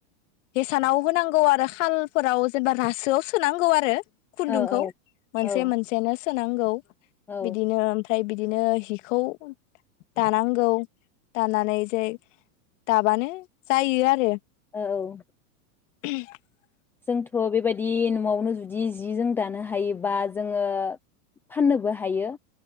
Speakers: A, on the left; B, in the centre.
A: हेसानाव होनांगौ आरो खालफोराव जेनेबा रासोआव सोनांगौ आरो। खुनदुंखौ
B: औ
A: मोनसे मोनसेनो सोनांगौ।
B: औ
A: बिदिनो ओमफ्राय बिदिनो हिखौ दानांगौ दानानै जे दाबानो जायो आरो
B: औ
A: <unintelligible>
B: जोंथ' बेबायदि न'आवनो जुदि जि जों दानो हायोबा जोङो फाननोबो हायो।